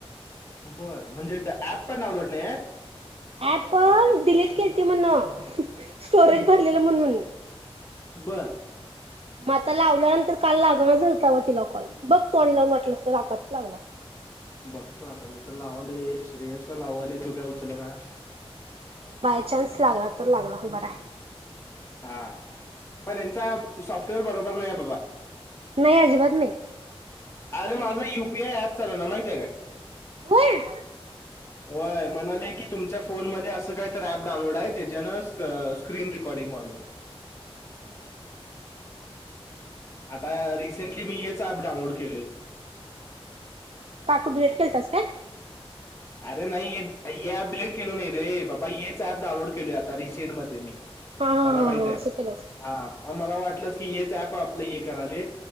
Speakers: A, on the left; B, on the right.
A: बर म्हणजेदा ऍप पण डाऊनलोड नाही आहे?
B: ऍप पण डिलीट केती म्हणून. स्टोरेज
A: आहे?
B: भरलेलं म्हणून.
A: बर.
B: म आता लावल्यानंतर काल लागणारचलता म तिला कॉल बघ तो आणि लावून वाटलं अस लागत लागला.
A: बघतो आता मी तर लावा आल रेयसला लावू आले तू काय उचल ना.
B: बायचान्स लागला तर लागला बर आहे.
A: हा पण यांचा सॉफ्टवेअर बरोबर नाही बाबा.
B: नाही अजिबात नाही.
A: अरे माझा युपीआय ऍप चाल ना माहिती आहे का.
B: होय.
A: होय म्हणाले की तुमच्या फोनमध्येध्ये असं काहीत ऍप डाउनलोड आहे ज्याच्या ना स्क्रीन रेकॉर्डिंगवाले.
B: अ.
A: आता रिसेंटली मी येत. प डाऊनलोड केले.
B: का तू डिलीट केलतास काय
A: अरे नाही ये त. ऍप डिलीट केलो नाही रे बाबा हेचऍप डाऊनलोड केलय आता रिसेंट मध्ये मी.
B: हा हा
A: मला
B: हा
A: माहित
B: हा
A: आहे
B: असं केलंस
A: हा हा मग मला वाटलं. क ये च आप. आप हे कराले.